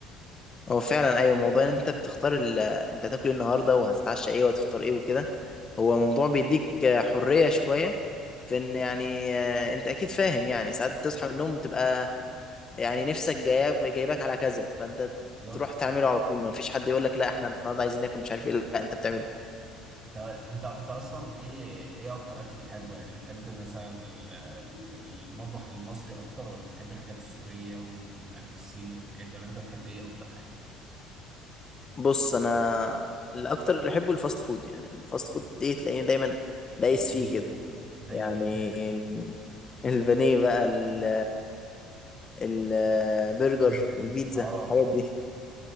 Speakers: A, on the left; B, on the right.
A: هو فعلا أيوة موضوع إن أنت بتختار ال... أنت هتاكل إيه النهاردة وهتتعشى إيه وهتفطر إيه وكده هو موضوع بيديك حرية شوية في إن يعني آه، أنت أكيد فاهم يعني ساعات تصحى من النوم تبقى يعني نفسك جاي... جايباك على كذا فأنت
B: بالظبط
A: تروح تعمله على طول مفيش حد يقول لك لا إحنا النهاردة عايزين ناكل مش عارف إيه لا أنت بتعمله
B: طب انت انت اصلا ايه ايه اكتر اكل بتحبه يعني بتحب مثلا ال- ال- المطبخ المصري اكتر ولا بتحب الحاجات السورية والاكل الصيني والحاجات دي ولا انت بتحب ايه اكتر حاجة
A: بص انا الاكتر اللي بحبه الفاست فود يعني الفاست فود ايه تلاقيني دايما دايس
B: زي
A: فيه
B: جدا
A: كده
B: زي
A: يعني
B: جدا
A: ال- <laughs> البانيه بقى ال- البرجر
B: <laughs> برجر
A: البيتزا
B: اه
A: الحاجات دي